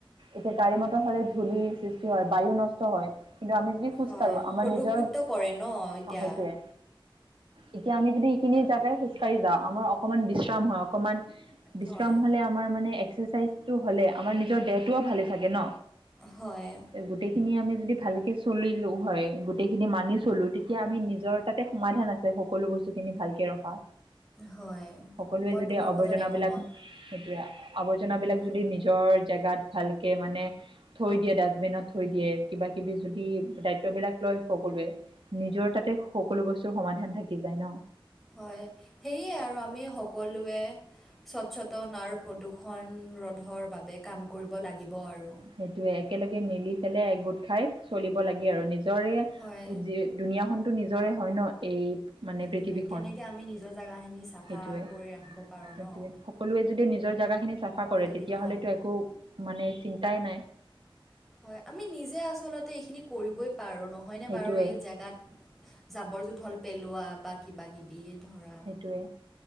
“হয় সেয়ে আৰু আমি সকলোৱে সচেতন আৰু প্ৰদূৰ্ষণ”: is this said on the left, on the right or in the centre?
Centre